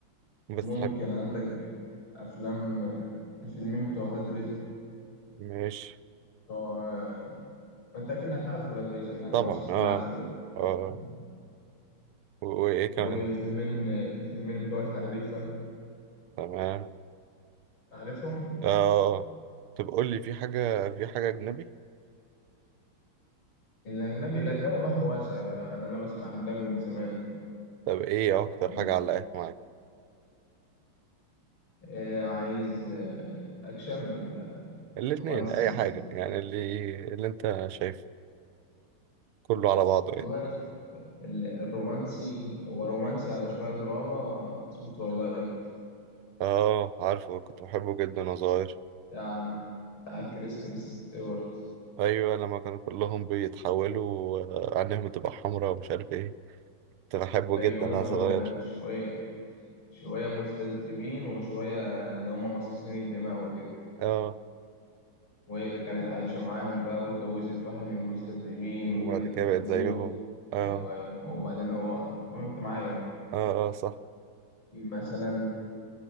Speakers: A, on the right; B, on the left.
A: بتحب
B: ممكن عندك أفلام الفيلمين بتوع ولاد رزق
A: ماشي
B: بتوع ما أنت أكيد عارف ولاد رزق يعني
A: طبعا
B: مصر
A: اه
B: كلها عارفة ولاد
A: اه
B: رزق
A: و- وايه كمان
B: والفيلمين الفيلمين بتوع الحريفة
A: تمام
B: عارفهم؟
A: اه طب قول لي في حاجة في حاجة اجنبي
B: الأجنبي الأجنبي بحر واسع يعني أنا بسمع أجنبي من زمان
A: طب ايه اكتر
B: ف-
A: حاجة علقت معاك
B: إيه، عايز آه، أكشن ولا
A: الاثنين
B: رومانسي
A: اي حاجة يعني اللي اللي انت شايفه كله على بعضه ايه
B: والله أنا شايف ال- الرومانسي هو رومانسي على شوية دراما اسمه تويلايت
A: اه عارفه كنت بحبه جدا وانا صغير
B: بتاع بتاع كريستين ستيوارت
A: ايوه لما كانوا كلهم بيتحولوا آه، عينيهم بتبقى حمراء ومش عارف ايه كنت بحبه
B: أيوه
A: جدا وانا
B: هو
A: صغير
B: ده شوية شوية مستذئبين وشوية اللي هم مصاصين الدماء وكده
A: اه
B: وهي كانت عايشة معاهم بقى واتجوزت واحد من المستذئبين
A: وبعد
B: وكانت
A: كده
B: هتموت
A: بقيت زيهم اه
B: أيوه أيوه وبعدين هو طب أنت معايا أهو
A: اه اه صح
B: في مثلا